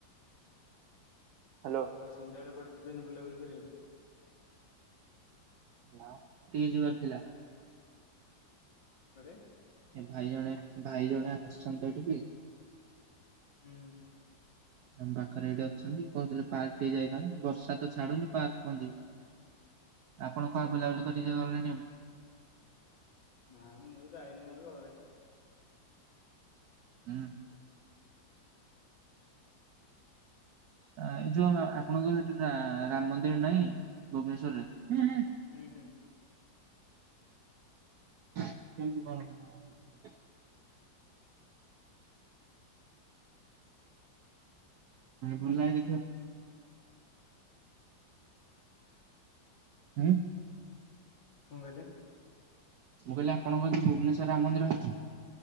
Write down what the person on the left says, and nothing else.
ଆଉ ସନ୍ଧ୍ୟାବେଳେ କୁଆଡେ ଯିବେନି ବୁଲାବୁଲି କରିବାକୁ।
ଖରେ।
ହୁଁ।
ହଁ
ବା
ନାଁ ମୁଁ ଦଇନି ମ ଘରେ।
ହୁଁ ହୁଁ
କଣ କହିଲେ।